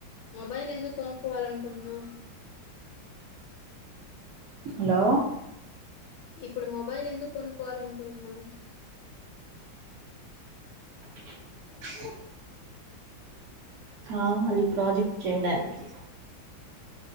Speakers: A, on the left (about 75°); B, on the right (about 75°).
A: మొబైల్ ఎందుకు కొనుక్కోవాల అనుకుంటున్నావు
B: హలో
A: ఇప్పుడు మొబైల్ ఎందుకు కొనుక్కోవాల అనుకుంటున్నావు
B: దగ్గు సౌండ్ కావాలి ప్రాజెక్ట్ చేయడానికి